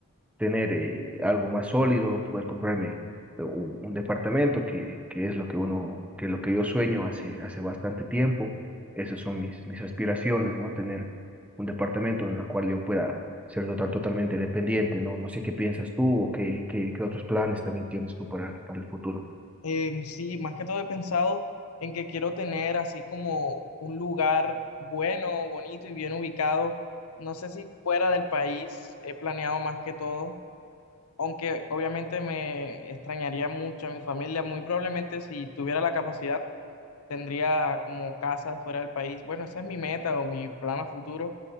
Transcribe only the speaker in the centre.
tener eh, algo más sólido, poder comprarme un, un departamento que, que es lo que uno, que lo que yo sueño hace, hace bastante tiempo. Esas son mis, mis aspiraciones, ¿no? Tener un departamento en el cual yo pueda ser total- totalmente dependiente, ¿no? No sé qué piensas tú o qué, qué, qué otros planes también tienes tú para, para el futuro.